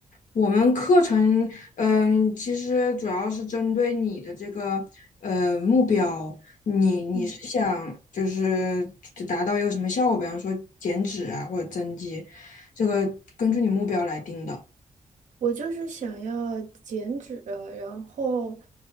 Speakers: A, on the left; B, on the right.
A: 我们课程，嗯，其实主要是针对你的这个呃目标，你你是想就是达到一个什么效果，
B: 嗯，
A: 比方说减脂啊或者增肌，这个根据你目标来定的。
B: 我就是想要减脂，然后